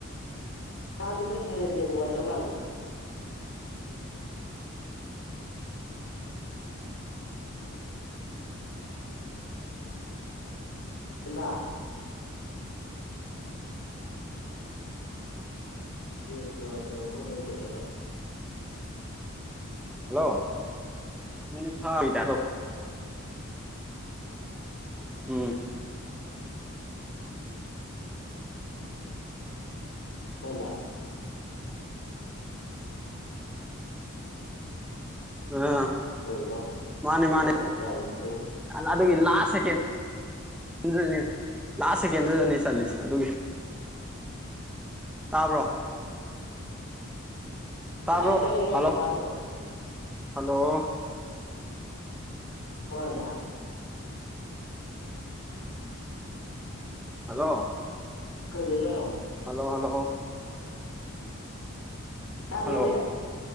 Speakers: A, on the left; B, in the centre.
A: ꯍꯥꯟꯗ ꯅꯪ ꯅꯨꯡꯉꯥꯏꯇ ꯃꯥꯜꯂꯦ ꯍꯗ <inaudible> ꯅꯦꯠ ꯅꯨꯡꯉꯥꯏꯇꯕ ꯃꯐꯝ ꯂꯩꯁꯜꯂꯒ
B: ꯍꯜꯂꯣ <inaudible> ꯎꯝ
A: ꯍꯗ <inaudible>
B: ꯑꯥ
A: ꯀꯩꯅꯣ
B: ꯃꯥꯅꯦ ꯃꯥꯅꯦ
A: ꯃꯥꯅ ꯉꯥꯡꯕ ꯇꯥꯏ ꯑꯩꯅ
B: ꯑꯗꯨꯒꯤ ꯂꯥꯁ ꯁꯦꯀꯦꯟ <inaudible> ꯑꯗꯨꯅꯤ ꯂꯥꯁ ꯁꯦꯀꯦꯟꯗꯨꯗꯅꯦ ꯆꯜꯂꯤꯁꯦ ꯑꯗꯨꯒꯤ ꯇꯥꯕ꯭ꯔꯣ ꯇꯥꯕ꯭ꯔꯣ
A: ꯇꯥꯏ ꯅꯪ ꯑꯩ ꯉꯥꯡꯕ
B: ꯍꯜꯂꯣ
A: ꯇꯥꯗ꯭ꯔꯣ
B: ꯍꯜꯂꯣ
A: ꯁꯃꯥꯟꯗ
B: ꯍꯜꯂꯣ
A: ꯀꯩ ꯂꯩꯅꯣ <inaudible>
B: ꯍꯜꯂꯣ ꯍꯜꯂꯣ
A: ꯇꯥꯗ꯭ꯔꯣ
B: ꯍꯜꯂꯣ
A: ꯃꯤ